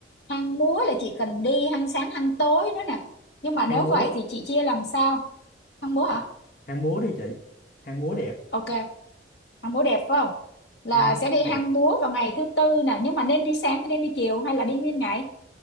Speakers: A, on the left; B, on the left.
A: hang múa là chị cần đi hang sáng hang tối nữa nè nhưng mà nếu
B: hang múa
A: vậy thì chị chia làm sao hang múa hả
B: hang múa đi chị hang múa đẹp
A: ok hang múa đẹp phải không là
B: hang múa
A: sẽ đi
B: đẹp
A: hang múa vào ngày thứ tư nè nhưng mà nên đi sáng hay nên đi chiều hay là đi nguyên ngày